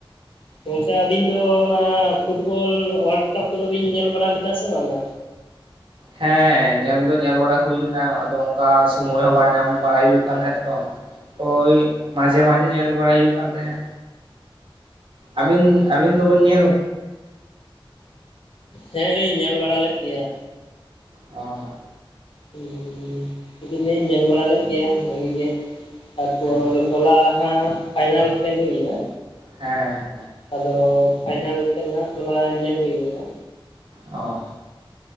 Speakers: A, on the left; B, on the right.
A: ᱜᱚᱝᱠᱮ ᱟᱹᱵᱤᱱ ᱫᱚ ᱚᱱᱟ ᱯᱷᱩᱴᱵᱚᱞ ᱳᱭᱟᱞᱰ ᱠᱟᱯ ᱠᱚᱫᱚ ᱵᱤᱱ ᱧᱮᱞ ᱵᱟᱲᱟ ᱞᱮᱫᱟ ᱥᱮ ᱵᱟᱝᱟ?
B: ᱦᱮᱸ ᱧᱮᱞ ᱫᱚ ᱧᱮᱞ ᱵᱟᱲᱟ ᱦᱩᱭ ᱞᱮᱱᱟ ᱟᱫᱚ ᱚᱝᱠᱟ ᱥᱩᱢᱳᱭ ᱦᱚᱸ ᱵᱟᱝ ᱧᱟᱢ ᱵᱟᱲᱟᱭ ᱦᱩᱭᱩᱜ ᱠᱟᱱ ᱛᱟᱦᱮᱸᱜ ᱛᱚ᱾ ᱳᱭ ᱢᱟᱡᱷᱮ ᱢᱟᱡᱷᱮ ᱧᱮᱞ ᱵᱟᱲᱟᱭ ᱦᱩᱭᱩᱜ ᱠᱟᱱ ᱛᱟᱦᱮᱸᱜ᱾ ᱟᱹᱵᱤᱱ ᱟᱹᱵᱤᱱ ᱫᱚᱵᱤᱱ ᱧᱮᱞ
A: ᱦᱮᱸ ᱞᱤᱧ ᱧᱮᱞ ᱵᱟᱲᱟ ᱞᱮᱫ ᱜᱮᱭᱟ᱾
B: ᱚ
A: ᱦᱩᱸ ᱠᱩᱫᱚᱞᱤᱧ ᱧᱮᱞ ᱵᱟᱲᱟ ᱞᱮᱫ ᱜᱮᱭᱟ ᱵᱷᱟᱹᱜᱤ ᱜᱮ ᱛᱟᱨᱯᱚᱨ
B: ᱦᱮᱸ
A: ᱦᱚᱞᱟ ᱦᱟᱸᱜ ᱯᱷᱟᱭᱱᱟᱞ ᱠᱷᱮᱞ ᱦᱩᱭ ᱞᱮᱱᱟ᱾
B: ᱦᱮᱸ
A: ᱟᱫᱚ ᱯᱷᱟᱭᱱᱟᱞ ᱠᱷᱮᱞ ᱦᱟᱸᱜ ᱦᱚᱞᱟ ᱧᱮᱞ ᱦᱩᱭ ᱞᱮᱱᱟ᱾
B: ᱚ